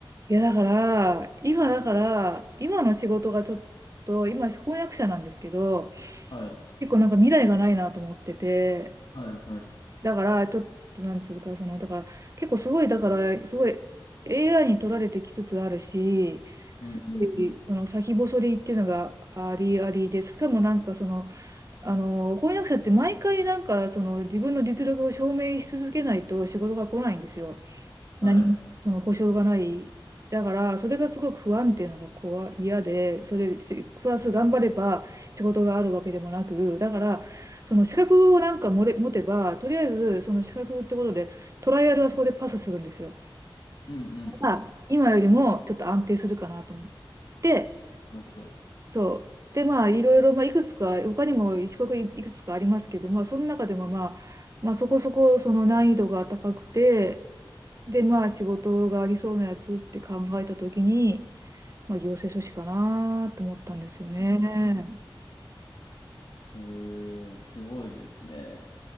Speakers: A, on the right; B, on the left.
A: いや、だから、今だから、今の仕事がちょっと、今翻訳者なんですけど、
B: はい。
A: 結構なんか未来がないなと思ってて、
B: はいはい。
A: だから、ちょっと、なんつうか、その、だから、結構すごい、だから、すごい AI に取られてきつつあるし、すごい、
B: うんうんうん。
A: その先細りっていうのがありありで、しかもなんかその、あの、翻訳者って毎回なんか、その自分の実力を証明し続けないと仕事が来ないんですよ。
B: はい。
A: 何もその保証がない。だから、それがすごく不安定なのが怖い、嫌で、それ、しプラス頑張れば仕事があるわけでもなく、だから、その資格をなんかもれ持てば、とりあえず、その資格ってことで、トライアルはそこでパスするんですよ。
B: うんうんうん。
A: まあ、今よりもちょっと安定するかなと思って、
B: なるほど。
A: そう。で、まあ、いろいろ、まあ、いくつか、他にも一国いくつかありますけど、まあ、その中でも、まあ、まあ、そこそこ、その難易度が高くて、で、まあ、仕事がありそうなやつって考えたときに、まあ、行政書士かなって思ったんですよね。
B: うんうんええ、すごいですね。